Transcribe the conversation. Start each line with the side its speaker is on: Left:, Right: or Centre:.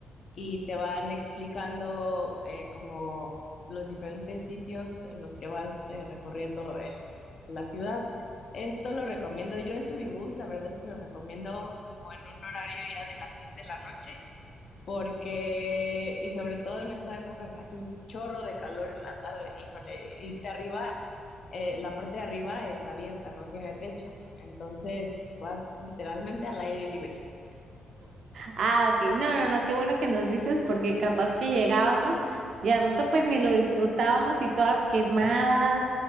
Left: y te van explicando eh, como los diferentes sitios en los que vas eh, recorriendo el- la ciudad. Esto lo recomiendo yo, el Turibús, la verdad es que lo recomiendo como en un horario ya de las 7 de la noche, porque, y sobre todo en esta época que hace un chorro de calor en la tarde, híjole, irte arriba, eh, la parte de arriba está abierta, no tiene techo, entonces pues, vas literalmente al aire libre.
Right: Ah, ok. No, no, no, qué bueno que nos dices porque capaz que llegábamos y al rato pues ni lo disfrutábamos y todas quemadas.